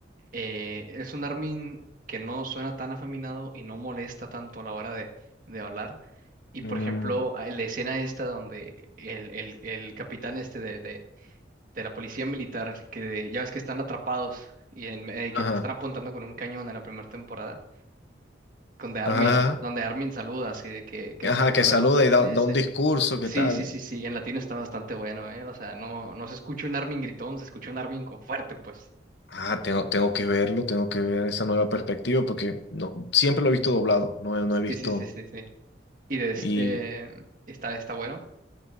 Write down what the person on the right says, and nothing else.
eh, es un Armin que no suena tan afeminado y no molesta tanto a la hora de, de hablar. Y
por ejemplo, a- la escena esta donde el, el, el capitán este de, de, de la policía militar, que ya ves que están atrapados y, en- eh,
que los están apuntando con un cañón en la primera temporada, donde Armin,
donde Armin saluda así de que, que
su
corazón
pertenece.
Sí,
sí, sí, sí, en latino está bastante bueno, ¿eh? O sea, no, no se escucha un Armin gritón, se escucha un Armin con fuerte, pues.
Sí, sí, sí, sí, sí. Y de este,
está, está bueno.